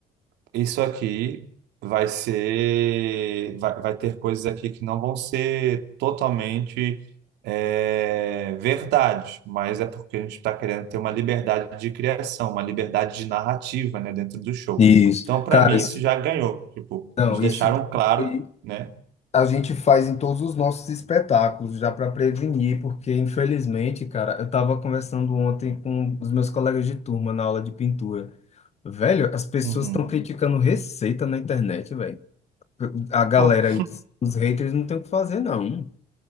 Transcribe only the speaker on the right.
isso aqui vai ser, vai, vai ter coisas aqui que não vão ser totalmente é, verdade, mas é porque a gente está querendo ter uma liberdade de criação, uma liberdade de narrativa, né, dentro do show.
Então, para
mim,
isso já ganhou. Tipo,
eles deixaram
claro,
né?
Uhum.
Pô.